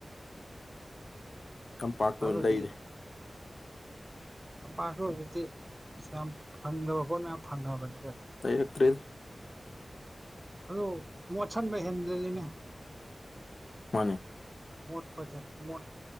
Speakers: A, on the left; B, on the right.
A: ꯀꯝꯄꯥꯛꯇꯨ
B: ꯑꯗꯨꯗꯤ
A: ꯂꯩꯔꯦ
B: ꯇꯝꯄꯥꯛꯁꯨ ꯍꯧꯖꯤꯛꯇꯤ ꯌꯥꯝ ꯐꯟꯗꯕ ꯈꯣꯠꯅ ꯌꯥꯝ ꯐꯅꯕꯅꯤꯗ
A: ꯂꯩꯔꯛꯇꯔꯦꯗ
B: ꯑꯗꯨ ꯃꯣꯠꯁꯤꯟꯕ ꯍꯦꯟꯒꯜꯂꯤꯅꯦ
A: ꯃꯥꯅꯦ
B: ꯃꯣꯠꯄꯁꯦ ꯃꯣꯠ